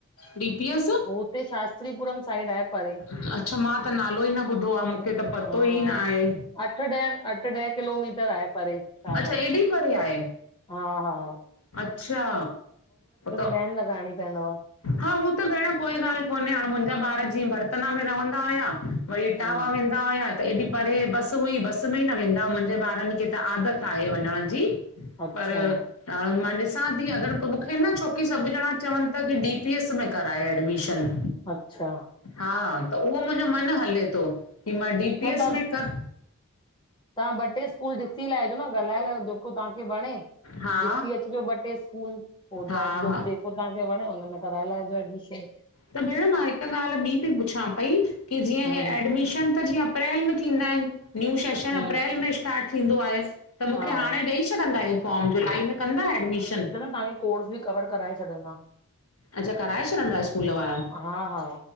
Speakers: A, on the left; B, on the left.
A: D P S?
B: हुते शास्त्रीपुरम साइड आहे परे।
A: अच्छा, मां त नालो ई न ॿुधो आ मूंखे त पतो
B: हा
A: ई न आहे।
B: अठ ॾह, अठ ॾह किलोमीटर आहे परे, शाहगंज
A: अच्छा
B: सां।
A: एॾी परे आहे
B: हा-हा।
A: अच्छा, त
B: वैन लॻाइणी पवंदव
A: हा, हू त भेण कोई ॻाल्हि कोन्हे, हाणे मुंहिंजा ॿारि जीअं बर्थना में रहवंदा हुया। वरी इटावा
B: हम्म
A: वेंदा वेंदा हुया त एॾी परे बसि हुई, बसि में ई न वेंदा, मुंहिंजे ॿारनि खे त आदत आहे वञण जी।
B: अच्छा
A: पर हाणे मां ॾिसां थी, अॻरि मूंखे न छोकी सभु ॼणा चवनि था की डी पी एस में कराए एडमिशन।
B: अच्छा।
A: हा, त उहो मुंहिंजो मन हले थो की मां डी पी
B: न
A: एस
B: तव्हां
A: में क
B: तव्हां ॿ टे स्कूल ॾिसी लाहिजो न, ॻाल्हाए लाएजो, जेको तव्हांखे वणे
A: हा
B: ॾिसी अचजो ॿ टे स्कूल, पोइ तव्हां
A: हा
B: <inaudible> पोइ
A: हा
B: तव्हांखे वणे हुन में कराए लाहेजो एडमिशन।
A: त भेण मां हिकु ॻाल्हि ॿि बि पुछां पई की जीअं
B: हम्म
A: हे एडमिशन त जीअं अप्रैल में थींदा आहिनि। न्यू सेशन
B: हम्म
A: अप्रैल में स्टार्ट थींदो आहे, त मूंखे
B: हा
A: हाणे ॾेई छॾंदा हे फॉर्म, जुलाई में कंदा एडमिशन?
B: तांजो कोर्स बि कवर कराए छॾींदा।
A: अच्छा, कराए छॾींदा स्कूल वारा?
B: हा हा